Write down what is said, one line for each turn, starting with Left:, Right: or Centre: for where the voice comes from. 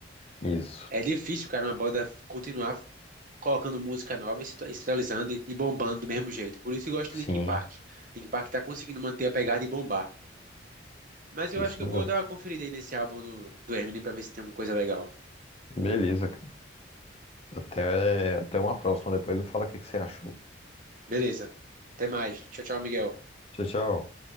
Left: Isso,
Right: É difícil, cara, uma banda continuar colocando música nova e se atu- e se atualizando e e bombando do mesmo jeito. Por isso eu gosto de
Left: sim,
Right: Linkin Park. Linkin Park tá conseguindo manter a pegada e bombar. Mas eu
Left: isso
Right: acho que eu
Left: mesmo.
Right: vou dar uma conferida aí nesse álbum do, do Eminem pra ver se tem alguma coisa legal.
Left: Beleza, cara. Até, até uma próxima. Depois me fala o que que você achou.
Right: Beleza. Até mais. Tchau, tchau, Miguel.
Left: Tchau, tchau.